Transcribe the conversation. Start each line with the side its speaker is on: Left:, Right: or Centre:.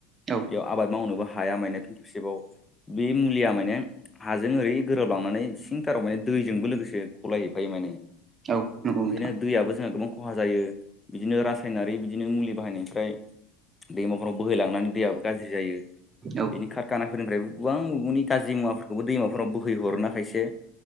Right: औ
Left: बेयाव आबाद मावनोबो हाया माने खनसेबाव बे मुलिया माने हाजों ओरै गोरोबलांनानै सिंथाराव माने दैजोंबो लोगोसे गलायहैफायो माने
Right: औ नंगौ
Left: ओंखायनो
Right: नोंथां
Left: दैयाबो जोंहा गोबां खहा जायो बिदिनो रासायनारि बिदिनो मुलि बाहायनायनिफ्राय दैमाफोराव बोहैलांनानै दैयाबो गाज्रि जायो
Right: औ
Left: बेनि कारखाना फोरनिफ्रायबो गोबां मुगुंनि गाज्रि मुवाफोरखौबो दैमाफोराव बोहै हरोना खायसे